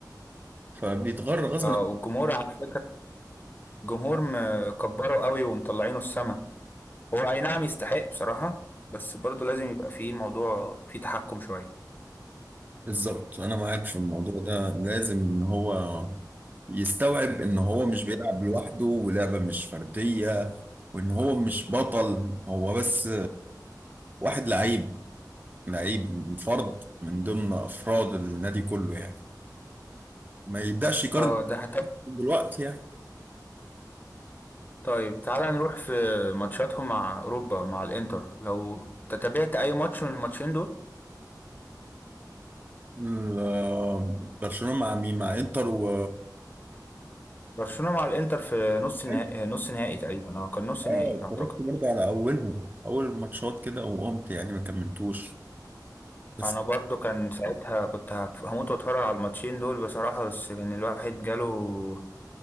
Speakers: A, on the right; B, on the left.
A: فبيتغر غصب
B: اه والجمهور عارف الجمهور مكبره قوي ومطلعينه السما هو اي نعم يستحق بصراحة بس برضو لازم يبقى فيه موضوع فيه تحكم شوية
A: بالظبط انا معاك في الموضوع ده لازم ان هو يستوعب ان هو مش بيلعب لوحده ولعبة مش فردية وان هو مش بطل هو بس واحد لعيب لعيب فرد من ضمن افراد النادي كله يعني ما يبداش يقارن
B: اه ده حتى
A: دلوقتي يعني
B: طيب تعالى نروح في ماتشاتهم مع اوروبا مع الانتر لو تتابعت اي ماتش من الماتشين دول
A: ال- برشلونة مع مين مع انتر و
B: برشلونة مع الانتر في نص نهائي
A: حلو.
B: نص نهائي تقريبا اه كان نص
A: اه
B: نهائي
A: اتفرجت
B: اعتقد
A: برضه على اولهم اول الماتشات كده وقمت يعني ما كملتوش بس
B: انا برضو كان ساعتها كنت هت- هموت واتفرج على الماتشين دول بصراحة بس كان الواحد جاله